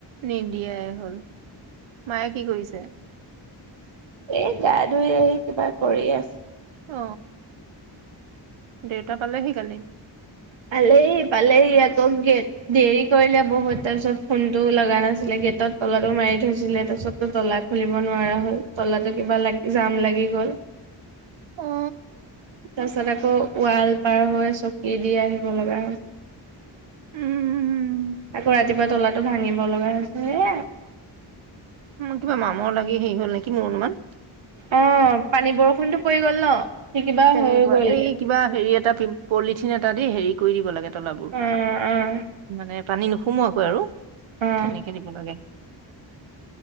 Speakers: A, on the right; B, on the right.
A: নিদিয়াই হ'ল। মায়ে কি কৰিছে?
B: এ গা ধুই আহি কিবা কৰি আছো।
A: অ দেউতা পালেহি কালি।
B: পালে পালেহ আকৌ গেট দেৰি কৰিলে বহুত তাৰপিছত ফোনতটো লগা নাছিলে গেটত ত তলাটো মাৰি থৈছিলে তাৰপিছততো তলা খুলিব নোৱাৰা হল তলা কিবা লাগ জাম লাগি গ'ল।
A: অ'
B: তাৰপাছত আকৌ ৱাল পাৰ হৈ চকী দি আহিব লগা হয়।
A: উম
B: আকৌ ৰাতিপুৱা তলাটো ভাঙিব লগা হৈছে হে
A: উম, কিবা মামৰ লাগি হেৰি হ'ল নেকি মোৰ অনুমান।
B: অ পানী, বৰষুণতো পৰি গ'ল ন। সি কিবা
A: তেনেকুৱা,
B: হৈ গ'লগে
A: এই কিবা হেৰি এটা পিম পলিথিন এটা দি হেৰি কৰি দিব লাগে তলাবোৰ,
B: অ অ
A: মানে পানী নুসুমোৱাকৈ আৰু
B: অ
A: তেনেকে দিব লাগে।